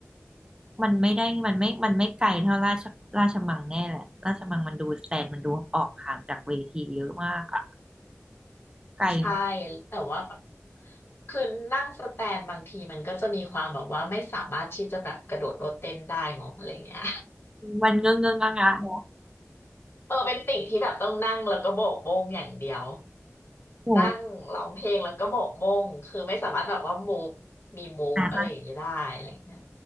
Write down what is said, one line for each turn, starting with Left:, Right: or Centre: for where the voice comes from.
Right: มันไม่ได้มันไม่มันไม่ไกลเท่าราชราชมังแน่แหละราชมังมันดูสแตนมันดูออกห่างจากเวทีเยอะมากอะไกลไหม
Left: ใช่ แต่ว่าแบบคือนั่งสแตนบางทีมันก็จะมีความแบบว่าไม่สามารถที่จะแบบกระโดดโลดเต้นได้เนาะอะไรเงี้ย
Right: มันเงื้องเงื้องงะงะเนอะ
Left: เออเป็นติ่งที่แบบต้องนั่งแล้วก็โบกโบงอย่างเดียว
Right: โห
Left: นั่งร้องเพลงแล้วก็โบกโบงคือไม่สามารถแบบว่ามูฟมีมูฟอะไรอย่างนี้ได้อะไรอย่างเงี้ย
Right: นะคะ